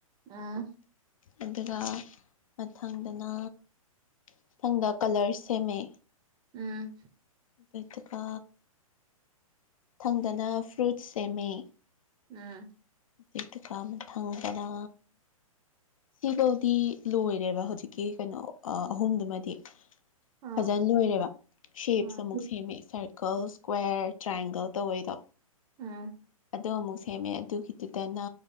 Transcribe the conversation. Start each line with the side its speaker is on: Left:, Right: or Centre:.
Right: ꯑꯥ
Left: ꯑꯗꯨꯒ ꯃꯊꯪꯗꯅ ꯃꯊꯪꯗ ꯀꯂꯔ ꯁꯦꯝꯃꯦ
Right: ꯎꯝ
Left: ꯑꯗꯨꯒ ꯊꯪꯗꯅ ꯐ꯭ꯔꯨꯠꯁ ꯁꯦꯝꯃꯤ
Right: ꯎꯝ
Left: ꯄꯗꯨ ꯀꯥ ꯃ ꯊꯪꯒꯅꯥ ꯁꯤꯐꯧꯗꯤ ꯂꯣꯏꯔꯦꯕ ꯍꯧꯖꯤꯛꯀꯤ ꯀꯩꯅꯣ ꯑꯍꯨꯝꯗꯨꯃꯗꯤ
Right: ꯑꯥ
Left: ꯐꯖꯅ ꯂꯣꯏꯔꯦꯕ ꯁꯦꯞꯁ
Right: ꯎꯝ
Left: ꯑꯃꯨꯛ ꯁꯦꯝꯃꯦ ꯁꯔꯀꯜꯁ ꯏꯁ꯭ꯀ꯭ꯋꯦꯔ ꯇ꯭ꯔꯥꯏꯌꯦꯡꯒꯜ ꯇꯧꯕꯩꯗꯣ
Right: ꯎꯝ
Left: ꯑꯗ ꯑꯃꯨꯛ ꯁꯦꯝꯃꯦ ꯑꯗꯨꯒꯤꯗꯨꯗꯅ